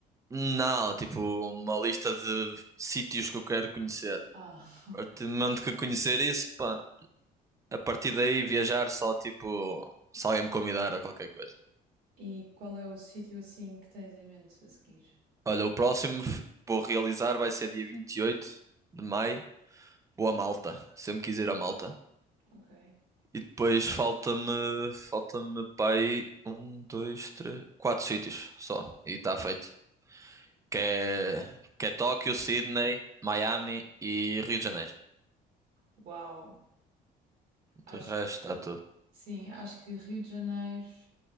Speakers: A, on the right (about 20°); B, on the right (about 70°).
A: Não, tipo, uma lista de sítios que eu quero conhecer.
B: Ah,
A: A
B: <laughs> ok.
A: partir do momento que eu conhecer isso, pá. A partir daí viajar só tipo se alguém me convidar a qualquer coisa.
B: E qual é o sítio assim que tens em mente a seguir?
A: Olha, o próximo f- vou realizar vai ser dia 28 de maio. Vou a Malta. Sempre quis ir a Malta.
B: Ok.
A: E depois falta-me falta-me para aí um, dois, três, quatro sítios só. E está feito. Que é, que é Tóquio, Sydney, Miami e Rio de Janeiro.
B: Uau! Acho
A: De resto
B: que
A: está tudo.
B: sim, acho que Rio de Janeiro,